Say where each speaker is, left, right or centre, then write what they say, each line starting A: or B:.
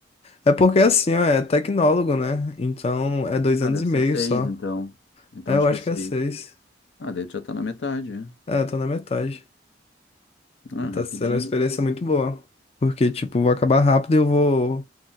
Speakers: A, on the left (about 35°); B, on the left (about 75°).
A: É porque assim, ó, é tecnólogo, né? Então é dois
B: Ah,
A: anos
B: deve
A: e meio
B: ser seis,
A: só.
B: então. Então
A: É,
B: acho
A: eu acho
B: que é seis.
A: que é seis.
B: Ah, daí tu já tá na metade, né?
A: É, eu tô na metade.
B: Ah,
A: E tá
B: rapidinho.
A: sendo uma experiência muito boa. Porque, tipo, vou acabar rápido e eu vou.